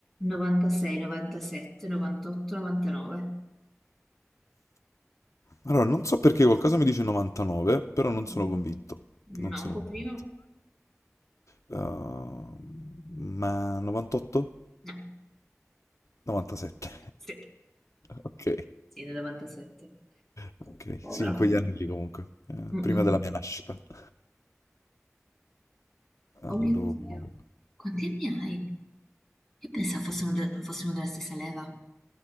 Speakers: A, in the centre; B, on the left.
A: 96, 97, 98, 99.
B: Allora, non so perché qualcosa mi dice 99, però non
A: Mm.
B: sono convinto. Non
A: No,
B: sono
A: un po'
B: convinto.
A: prima?
B: Uh, ma 98?
A: No,
B: 97.
A: sì,
B: <laughs> Ok.
A: sì, nel 97.
B: Ok,
A: Povero.
B: sì, in quegli anni lì comunque, eh,
A: Mm, mm,
B: prima della
A: mm.
B: mia nascita. <laughs>
A: Oh
B: Allora,
A: mio Dio, quanti anni hai? Io pensavo fossimo, de- fossimo della stessa leva.